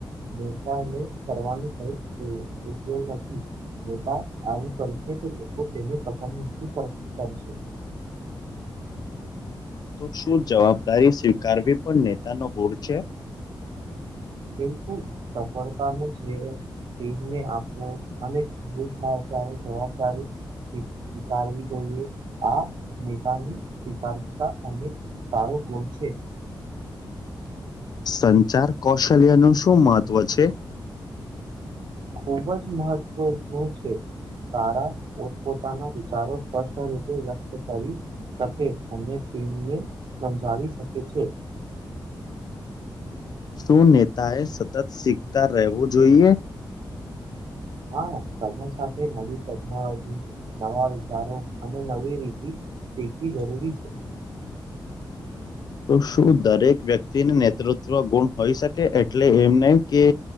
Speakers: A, on the right (about 70°); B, on the left (about 55°).
A: નેતાને કરવાનું ક ઉપયોગ નથી. બેટા આવું કરશે તો લોકો તેને પસંદ નથી કર કરશે
B: તો શું જવાબદારી સ્વીકારવી પણ નેતા નો ગોળ છે?
A: બિલકુલ સફળતા ન સ્નેહ તેમને આપો અને ભૂલ થાય ત્યારે જવાબદારી સ્વીકારવી જોઈએ આ નેતાની સ્વીકારતા અને સારો ના ગોલ છે.
B: <inaudible> સંચાર કૌશલ્ય નું શું મહત્ત્વ છે?
A: ખુબ જ મહત્વ છે. સારા પોતપોતાના વિચારો સ્પષ્ટ રીતે વ્યક્ત કરી શકે અને તેમને સમજાવી શકે છે.
B: શું નેતાએ સતત શીખતા રહેવું જોઈએ?
A: હા સમય સાથે નવી ટેકનોલોજી નવા વિચારો અને નવી રીતિ શીખવી જરૂરી છે.
B: <inaudible> તો શું દરેક વ્યક્તિને નેતૃત્વ ગુણ હોઈ શકે એટલે એમને કે